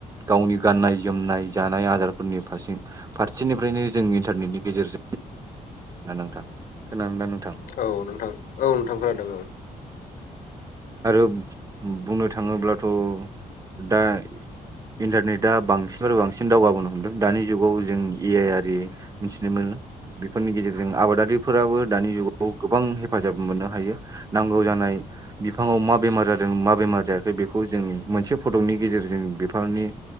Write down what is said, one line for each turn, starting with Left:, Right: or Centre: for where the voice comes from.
Right: गावनि गाननाय जोमनाय जानाय आदारफोरनि फारसे फारसेनिफ्रायनो जों इन्टारनेटनि गेजेरजों नोंथां खोनादों ना नोंथां
Left: औ नोंथां औ नोंथां खोनादों औ
Right: आरो बुंनो थाङोब्लाथ' दा इन्टारनेटआ बांसिननिफ्राय बांसिन दावगाबोनो हमदों दानि जुगाव जों ए आइ आरि मिथिनो मोनो बेफोरनि गेजेरजों जों आबादारिफोराबो दानि जुगाव गोबां हेफाजाब मोननो हायो नांगौ जानाय बिफाङाव मा बेमार जादों मा बेमार जायाखै बेखौ जों मोनसे फटकनि गेजेरजों बिफांनि